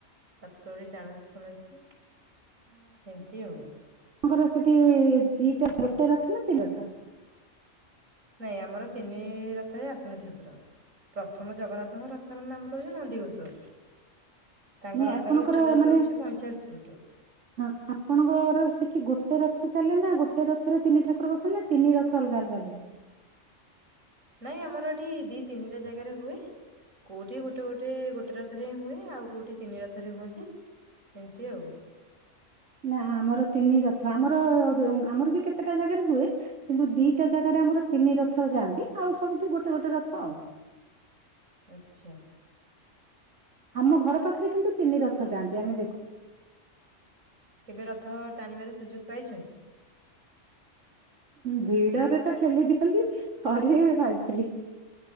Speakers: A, on the right; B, on the right.
A: ରଥ ଦୈଡ଼ି ଟାଣନ୍ତି ସମସ୍ତେ ଏମିତି ଆଉ।
B: ତାଙ୍କର ସେଠି ଦିଟା ଗୋଟେ ରଥନା ତିନିଟା
A: ନାଇଁ ଆମର ତିନି ରଥରେ ଆସନ୍ତି ଠାକୁର ପ୍ରଥମ ଜଗନ୍ନାଥଙ୍କ ର ରଥର ନାମତ ହଉଚି ନନ୍ଦିଘୋଷ ତାଙ୍କ
B: ନାଇଁ
A: ରଥର
B: ଆପଣଙ୍କର
A: ଉଚ୍ଚତାତା
B: ମାନେ
A: ହଉଚି ପଇଁଚାଳିଶି ଫୁଟ୍।
B: ହଁ ଆପଣଙ୍କର ସେଠି ଗୋଟେ ରଥ ଚାଲେନା ଗୋଟେ ରଥରେ ତିନି ଠାକୁର ବସେନା ତିନି ରଥ ଅଲଗା ଅଲଗା ଯାଏ?
A: ନାଇଁ ଆମର ଏଠି ଦି ତିନିଟା ଜାଗାରେ ହୁଏ କୋଉଠି ଗୋଟେ ଗୋଟେ ଗୋଟେ ରଥରେ ହୁଏ ଆଉ କୋଉଠି ତିନି ରଥରେ ହୁଅନ୍ତି। ଏମିତି ଆଉ।
B: ନା ଆମର ତିନି ରଥ ଆମର ଆମରବି କେତେଟା ଜାଗାରେ ହୁଏ କିନ୍ତୁ ଦିଟା ଜାଗାରେ ଆମର ତିନି ରଥ ଯାଆନ୍ତି ଆଉ ସବୁଠି ଗୋଟେ ଗୋଟେ ରଥ ଆଉ।
A: ଆଛା।
B: ଆମ ଘର ପାଖରେ କିନ୍ତୁ ତିନି ରଥ ଯାଆନ୍ତି ଆମେ ଦେଖୁ।
A: କେବେ ରଥ ଟାଣିବାର ସୁଯୋଗ ପାଇଛନ୍ତି?
B: ଭିଡରେ ତ ଠେଲି ଦିଅନ୍ତି ଥରେ ପାଇଥିଲି।